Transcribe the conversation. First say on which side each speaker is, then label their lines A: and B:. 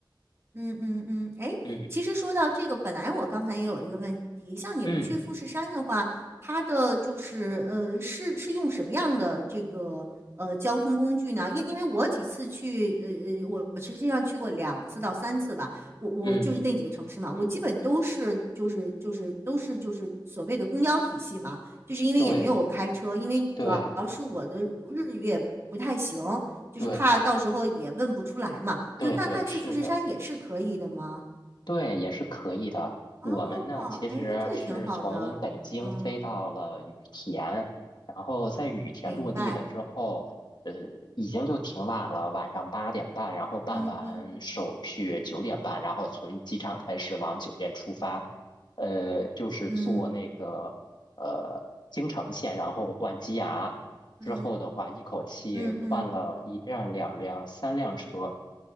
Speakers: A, on the right; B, on the left.
A: 嗯嗯嗯，哎，
B: 嗯
A: 其实说到这个，本来我刚才也有一个问题，像你们去富士山的话，
B: 嗯
A: 它的就是呃，是是用什么样的这个呃交通工具呢？因因为我几次去，呃呃，我我实际上去过两次到三次吧，我我就是那几个城市嘛，
B: 嗯，
A: 我基本都是就是就是都是就是所谓的公交体系嘛，就是因为也没有开车，
B: 对
A: 因为主要是我的日语也不太行。
B: 对
A: 就是怕到时候也问不出来嘛。
B: 对对对是的。
A: 就那那去富士山也是可以的吗？
B: 对，也是可以的。我们呢，
A: 哦，
B: 其实是从北京飞到了羽田，
A: 哎，这个挺好的。嗯，
B: 然后在羽田落地了之后，
A: 明白。
B: 呃，已经就挺晚了，晚上八点半，然后办完手续九点半，
A: 嗯嗯
B: 然后从机场开始往酒店出发，呃，就是坐那个呃京成线，
A: 嗯
B: 然后换机衙，
A: 嗯
B: 之后的话，一口气换了一辆、
A: 嗯嗯
B: 两辆、三辆车，